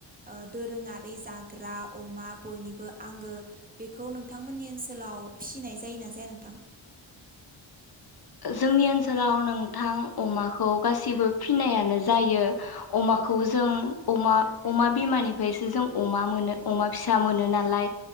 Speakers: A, on the right (about 20°); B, on the left (about 50°).
A: ओ दोरोङारि जा ग्रा अमा बयनिबो आंगो बेखौ नोंथांमोननि ओनसोलाव फिसिनाय जायोना जाया नोंथां?
B: जोंनि ओनसोलाव नोंथां अमाखौ गासैबो फिनायानो जायो। अमाखौ जों अमा अमा बिमानिफायसो जों अमा मोनो अमा फिसा मोनो नालाय।